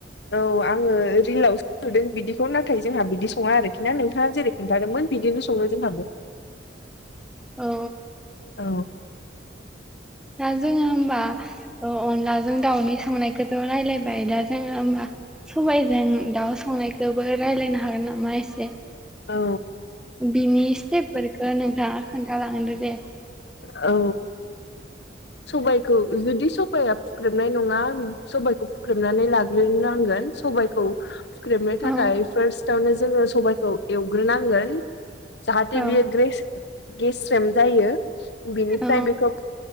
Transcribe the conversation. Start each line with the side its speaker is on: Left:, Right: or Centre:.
Left: औ आङो रिलावसो सुदों बिदिखौ नाथाय जोंहा बिदि सङा आरोखि ना नोंथाङा जेरै। खोनथादोंमोन बिदिनो संङो जोंहाबो।
Centre: औ।
Left: औ।
Centre: दा जोङो होनबा। ओ अनलाजों दाउनि संनायखौथ' रायलायबाय दा जोङो होमबा। सबायजों दाउ संनायखौबो रायलायनो हागोन नामा एसे।
Left: औ
Centre: बिनि स्टेपफोरखौ नोंथाङा खोन्थालांदो दे।
Left: औ। सबाइखौ जुदि सबाया। फुख्रेबनाय नङा सबायखौ फुख्रेबनानै लाग्रोबनांगोन सबायखौ। हुख्रेबनो
Centre: औ
Left: थाखाय फार्स्टावनो जोङो सबायखौ एवग्रोनांगोन। जाहाथे
Centre: औ
Left: बियो ग्रेस गेस्रेम जायो बिनिफ्राय
Centre: औ
Left: बेखौ।